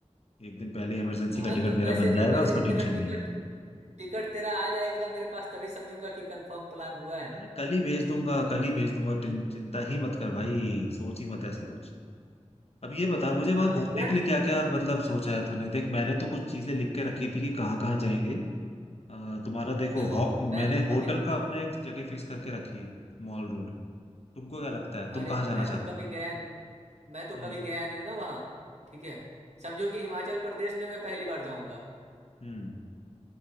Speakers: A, on the left; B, on the right.
A: एक दिन पहले इमरजेंसी
B: हाँ
A: का टिकट
B: तो
A: मेरा
B: वैसे
A: बन
B: भी
A: जाएगा
B: वैसे
A: उसका
B: भी तेरा
A: टेंशन नहीं
B: टिकट
A: है
B: टिकट तेरा आ जाएगा मेरे पास तभी समझूंगा कि कंफर्म प्लान हुआ है
A: अरे कल ही भेज दूंगा कल ही भेज दूंगा टें- चिंता ही मत कर भाई सोच ही मत ऐसा कुछ अब ये बता मुझे
B: हाँ
A: वहां घूमने
B: यार
A: के लिए क्या क्या मतलब सोचा है तूने देख मैंने तो कुछ चीजें लिख के रखी थी कि कहाँ कहाँ जाएंगे अ, तुम्हारा देखो
B: देखो
A: हो, मैंने
B: मैं तो कभी
A: होटल का अपना एक जगह फिक्स करके रखी है Mall Road तुमको क्या लगता है तुम
B: अरे
A: कहाँ जाना
B: मैं
A: चाहते
B: तो कभी
A: हो
B: गया नहीं हूँ मैं तो
A: हम्म
B: कभी गया नहीं हूँ ना वहाँ ठीक है समझो कि हिमाचल प्रदेश में मैं पहली बार जाऊंगा
A: हम्म